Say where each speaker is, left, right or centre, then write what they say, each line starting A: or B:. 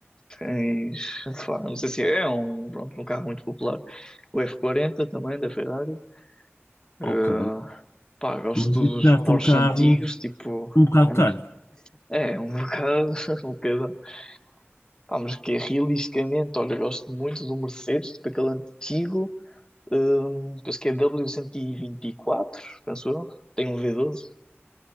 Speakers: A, on the left; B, on the left.
A: tens, pá, não sei se é um, pronto, um carro muito popular. O f quarenta também, da Ferrari. Eh,
B: Ok.
A: pá, gosto
B: Mas isso
A: dos
B: já
A: Porsche
B: são carros
A: antigos, tipo,
B: um bocado
A: an-
B: caros.
A: é, um bocado, <laughs> um bocado. Pá, mas que é realisticamente, olha, gosto muito do Mercedes, tipo aquele antigo, hum, penso que é W124, cento e vinte e quatro, penso eu. Tem um v doze